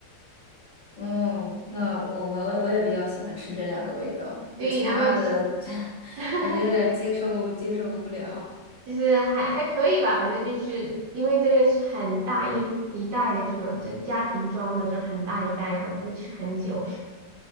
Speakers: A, on the left (about 35°); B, on the right (about 70°).
A: 嗯，那我我我我也比较喜欢吃这两个味道，
B: 对，
A: 就其他的
B: 然后就是
A: <laughs>
B: <laughs>
A: 感觉有点接受接受不了。
B: 就是还还可以吧，反正就是因为这边是很大一一袋的这种，就是家庭装的这种很大一袋，然后就会吃很久，